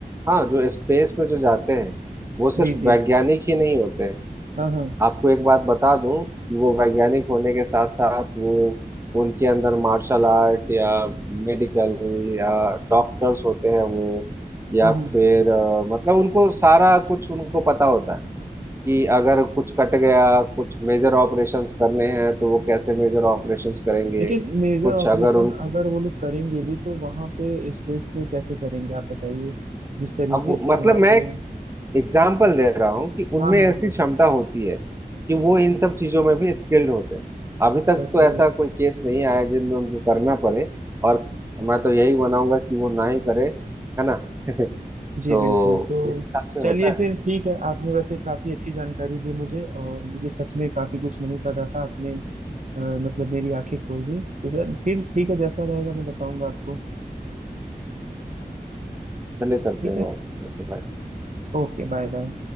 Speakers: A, on the right (about 15°); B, on the right (about 55°).
A: हाँ जो स्पेस में जो जाते हैं वो सिर्फ
B: जी जी
A: वैज्ञानिक ही नहीं होते हैं
B: हाँ हाँ हम्म,
A: आपको एक बात बता दूं कि वो वैज्ञानिक होने के साथ साथ वो उनके अंदर मार्शल आर्ट या मेडिकल या डॉक्टर्स होते हैं वो या
B: हम्म।
A: फिर अ, मतलब उनको सारा कुछ उनको पता होता है कि अगर कुछ कट गया कुछ मेजर ऑपरेशंस करने हैं तो वो कैसे मेजर ऑपरेशंस करेंगे
B: लेकिन मेजर
A: कुछ
B: ऑपरेशन
A: अगर उन
B: अगर वो लोग करेंगे भी तो वहां पे स्पेस में कैसे करेंगे आप बताइए जिस तरीके
A: अब वो
B: से
A: मतलब
B: वहां
A: मैं
B: पे
A: एक एग्जाम्पल दे रहा हूँ कि उनमें
B: हाँ हाँ
A: ऐसी
B: हाँ हाँ,
A: क्षमता होती है कि वो इन सब चीजों में भी स्किल्ड होते हैं अभी तक
B: वैसे
A: तो ऐसा कोई केस नहीं आया जिनमें उनको करना पड़े और मैं तो यही मनाऊंगा कि वो ना ही करे है ना <laughs>
B: जी
A: तो
B: बिल्कुल तो
A: इस हिसाब से
B: चलिए
A: होता
B: फिर
A: है
B: ठीक है आपने वैसे काफी अच्छी जानकारी दी मुझे और मुझे सच में काफी कुछ नहीं पता था आपने अ, मतलब मेरी आंखें खोल दी तो फिर ठीक है जैसा रहेगा मैं बताऊंगा आपको
A: चले करते
B: ठीक
A: हैं
B: है
A: बात ओके बाय
B: Okay bye bye